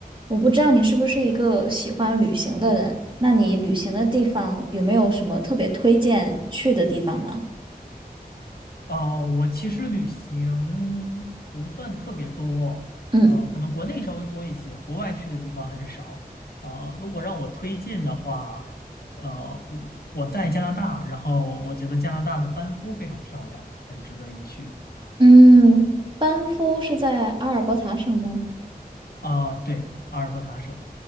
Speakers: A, on the right; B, on the left.
A: 我不知道你是不是一个喜欢旅行的人，那你旅行的地方有没有什么特别推荐去的地方呢？
B: 呃，我其实旅行不算特别多，
A: 嗯
B: 呃，可能国内稍微多一些，国外去的地方很少。呃，如果让我推荐的话，呃，我我在加拿大，然后我觉得加拿大的班夫非常漂亮，很值得一去。
A: 嗯，班夫是在阿尔伯塔省吗？
B: 啊、对，阿尔伯塔省，